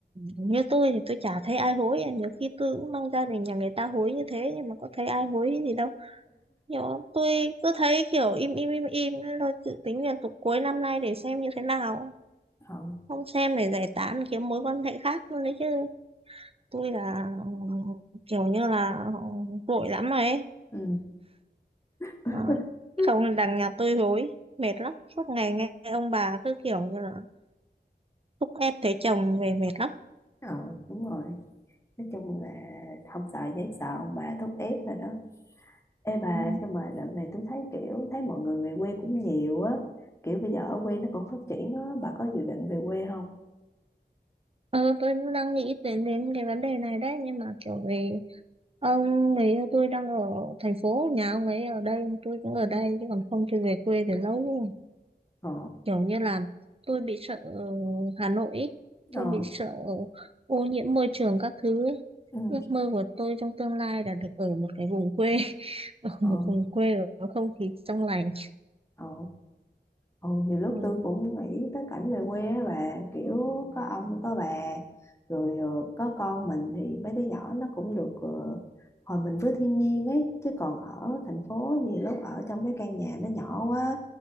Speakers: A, on the right; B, on the left.
A: như tôi thì tôi chả thấy ai hối nhiều khi tôi cũng mong gia đình nhà người ta hối như thế nhưng mà có thấy ai hối gì đâu Kiểu tôi cứ thấy kiểu im im im im nên tôi dự tính là tục cuối năm nay để xem như thế nào.
B: ừ
A: Không xem để giải tán kiếm mối quan hệ khác luôn đấy chứ. Tôi là ừ, kiểu như là ừ, vội lắm rồi ấy.
B: ừ ừ
A: Ờ, Không
B: <laughs>
A: là đằng nhà tôi hối. Mệt lắm. Suốt ngày nghe ông bà cứ kiểu như là thúc ép thấy chồng về mệt lắm.
B: Ờ, đúng rồi nói chung là không sợ giấy sợ ông bà thúc ép thôi đó Ê bà,
A: Ừ.
B: nhưng mà đợt này tôi thấy kiểu thấy mọi người về quê cũng nhiều á, kiểu bây giờ ở quê nó còn phát triển á, bà có dự định về quê không?
A: Ờ, tôi cũng đang nghĩ đến đến cái vấn đề này đấy nhưng mà kiểu vì ông người yêu tôi đang ở thành phố nhà ông ấy ở đây tôi cũng ở
B: Ừ.
A: đây chứ còn không tôi về quê thì lâu rồi
B: Ờ,
A: kiểu như là tôi bị sợ Hà Nội ý.
B: ờ,
A: tôi bị sợ ô nhiễm môi trường các thứ ấy.
B: ừ,
A: Ước mơ của tôi trong tương lai là được ở một cái vùng quê <laughs> ở
B: ờ,
A: một vùng quê có không khí trong lành
B: ờ. Ừ, nhiều lúc
A: ừ.
B: tôi cũng nghĩ tới cảnh về quê á bà kiểu có ông có bà rồi ờ, có con mình thì mấy đứa nhỏ nó cũng được ờ, hòa mình với thiên nhiên ấy chứ còn ở thành phố nhiều lúc ở trong cái căn nhà nó nhỏ quá